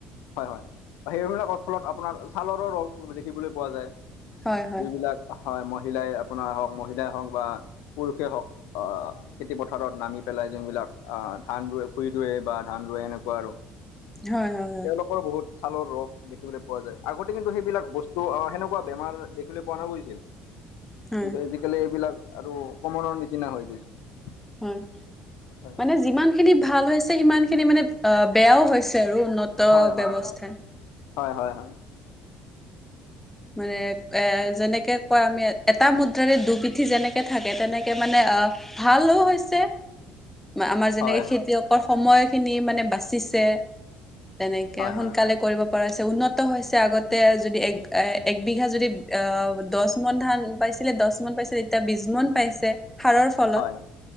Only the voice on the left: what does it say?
হয়, হয়, সেইবিলাকৰ ফলত আপোনাৰ ছালৰো ৰস দেখিবলৈ পোৱা যায়।
যিবিলাক হয় মহিলাই আপোনাৰ হওক মহিলাই হওক বা পুৰুষেই হওক খেতি পথাৰত নামি পেলাই যোনবিলাক ধান ৰুৱে ভূঁই ৰুৱে বা ধান ৰুৱে এনেকুৱা আৰু।
<unintelligible> বহুত ছালৰ ৰোগ। দেখিবলৈ পোৱা যায়, আগতে কিন্তু সেইবিলাক বস্তু আহ সেনেকুৱা বেমাৰ দেখিবলৈ পোৱা নৈগৈছিল।
কিন্তু আজিকালি এইবিলাক আৰু কমনৰ নিচিনা হৈ গৈছে।
হয়
হয়।
হয়,
হয়, হয়, হয়, হয়।
হয়।
হয়
হয়।
হয়